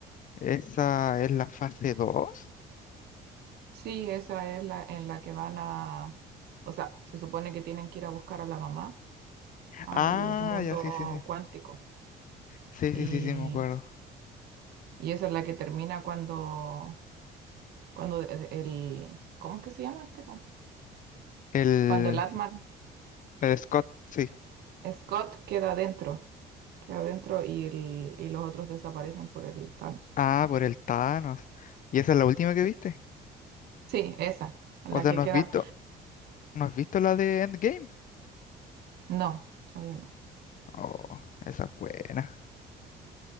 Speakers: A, on the left; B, on the right.
A: ¿Esa es la fase dos.
B: Sí, esa es la en la que van a, o sea, se supone que tienen que ir a buscar a la mamá al
A: Ah,
B: mundo
A: ya, sí, sí, sí.
B: cuántico.
A: Sí,
B: Y,
A: sí, sí, sí, me acuerdo.
B: y esa es la que termina cuando, cuando es el, ¿cómo es que se llama este? po?
A: El,
B: Cuando el Atman
A: el Scott, sí.
B: Scott queda adentro, queda adentro y, el- y los otros desaparecen por el Thanos.
A: Ah, por el Thanos. ¿Y esa es la última que viste?
B: Sí, esa, la
A: O sea,
B: que
A: ¿no
B: queda.
A: has visto, no has visto la de Endgame?
B: No, todavía no.
A: Oh, esa es buena.